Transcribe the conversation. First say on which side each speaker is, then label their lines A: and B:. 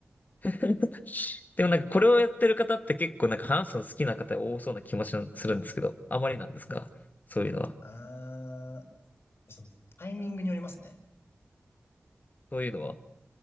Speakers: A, on the left (about 45°); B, on the left (about 75°).
A: <laughs> でもなんか、これをやってる方って結構なんか話すの好きな方が多そうな気もしするんですけど、あまりなんですかそういうのは。
B: あー、そのタイミングによりますね。
A: そういうのは。